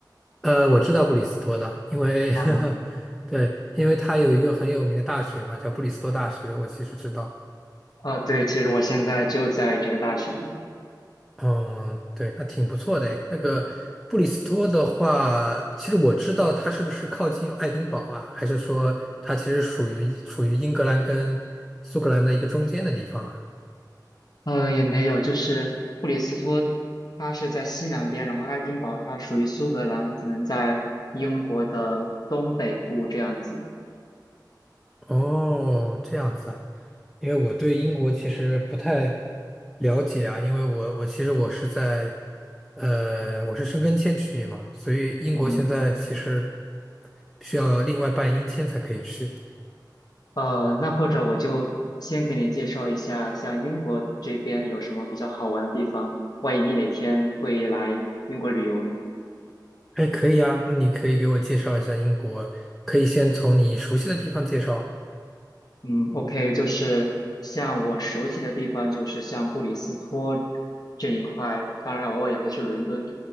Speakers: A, in the centre; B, on the left.
A: 呃，我知道布里斯托的，因为
B: 嗯，
A: <laughs> 对，因为它有一个很有名的大学嘛，叫布里斯托大学，我其实知道。
B: 哦，对，其实我现在就在这个大学，
A: 嗯，对，那挺不错的诶。那个布里斯托的话，其实我知道它是不是靠近爱丁堡啊？还是说它其实属于处于英格兰跟苏格兰的一个中间的地方啊？
B: 呃，也没有，就是布里斯托，它是在西南边，然后爱丁堡它属于苏格兰，可能在英国的东北部这样子。
A: 哦，这样子啊，因为我对英国其实不太了解啊，因为我我其实我是在，呃，我是申根签区域嘛，所以英国现在其实
B: 嗯。
A: 需要另外办英签才可以去。
B: 呃，那或者我就先给你介绍一下，像英国这边有什么比较好玩的地方，万一你哪天会来英国旅游呢？
A: 哎，可以啊，那你可以给我介绍一下英国，可以先从你熟悉的地方介绍。
B: 嗯，OK，就是像我熟悉的地方，就是像布里斯托这一块，当然偶尔也会去伦敦。